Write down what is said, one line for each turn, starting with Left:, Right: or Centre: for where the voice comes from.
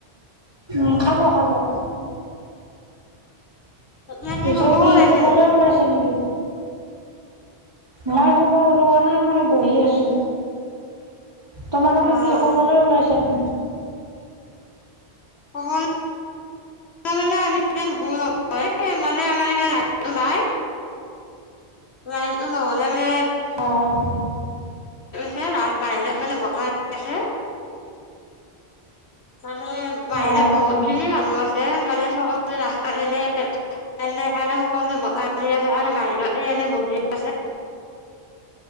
Right: উ খালো খালো
Left: এতিয়া
Right: পিছে
Left: শুব ওলাইছে
Right: কি শুবলে
Left: নেকি?
Right: ওলাইছে নেকি মই হ'ব ওলোৱা নাই মই বহি আছো তোমালোকে
Left: অ',
Right: কি খবলৈ ওলাইছা তম
Left: অসমহম মানে আমি এয়া নুশ মানে আমাৰ এইখন লাই নাই লাইনটো নহ'লে মানে
Right: অ',
Left: বাহিৰাত মানে আছে। মানে বাহিৰত
Right: অ',
Left: বহুত খিনি মানুহ আছে মানে চকল নাস্তা দে কাই সকলোআছে আৰু বাহিৰত আলি বি আছে।